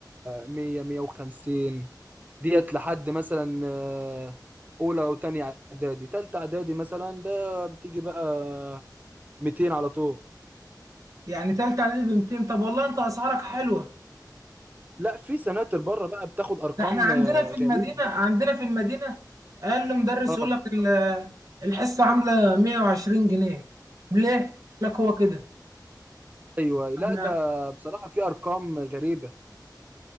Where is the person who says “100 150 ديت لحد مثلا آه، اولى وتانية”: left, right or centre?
Right